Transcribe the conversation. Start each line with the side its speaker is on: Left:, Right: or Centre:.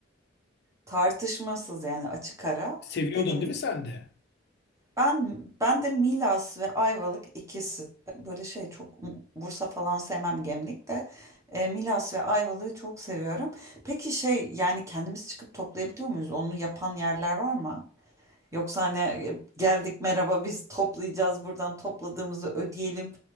Right: Tartışmasız yani açık ara.
Left: Seviyordun
Right: Dediğim
Left: değil
Right: gibi.
Left: mi sen de?
Right: Ben ben de Milas ve Ayvalık ikisi böyle şey çok Bursa falan sevmem Gemlik de E, Milas ve Ayvalık'ı çok seviyorum. Peki şey yani kendimiz çıkıp toplayabiliyor muyuz? Onu yapan yerler var mı? Yoksa hani e, geldik merhaba biz toplayacağız buradan topladığımızı ödeyelim